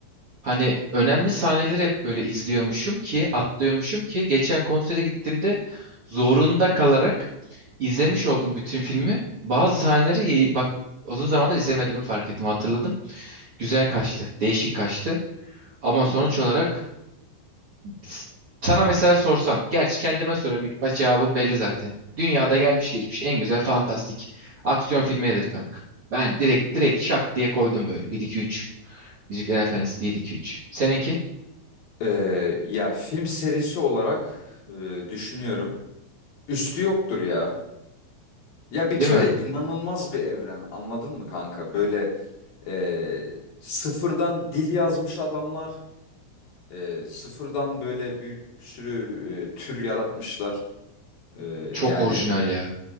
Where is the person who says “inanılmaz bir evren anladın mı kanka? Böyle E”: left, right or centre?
Left